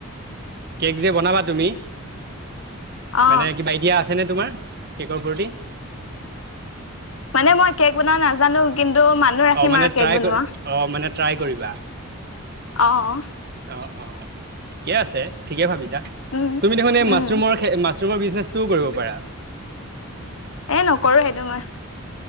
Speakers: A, on the right; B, on the left.
A: কেক যে বনাবা তুমি
B: অ',
A: মানে কিবা আইডিয়া আছে নে তোমাৰ কেকৰ প্ৰতি?
B: মানে মই কেক বনাব নাজানো কিন্তু মানুহ ৰাখিম
A: অ', মানে
B: আৰু
A: ট্ৰাই
B: কেক বনোৱা।
A: অ', মানে ট্ৰাই কৰিবা।
B: অঁহহ।
A: অ', অ', ঠিকে আছে ঠিকে ভাবিছা
B: উম,
A: তুমি দেখোন এই
B: উম,
A: মাছৰুমৰ খে মাছ ৰুমৰ বিজনেছটোও কৰিব পাৰা।
B: এ নকৰো সেইটো মই।